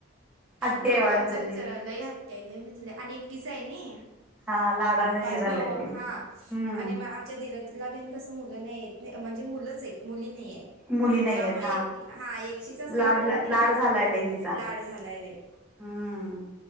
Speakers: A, in the centre; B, on the right.
A: हट्टी
B: लोकांच
A: आहे वाटत लय
B: चरलं ह त्यालय म्हणजे आणि एकटीच आहे ना.
A: हा लाडाने
B: पाच
A: हे झाले
B: भाऊ
A: ते हम्म
B: हा आणि आमच्या धीरजला बेन कस. मु नाही म्हणजे मुच मुली नाही.
A: मुली नाही
B: त्यामुळे
A: आहेत
B: एकटी हा एकटीच
A: लाड
B: असल्यामुळे नाही
A: लाड
B: तिच
A: झालाय लय तिचा
B: लाड झालायला आहे.
A: हम्म.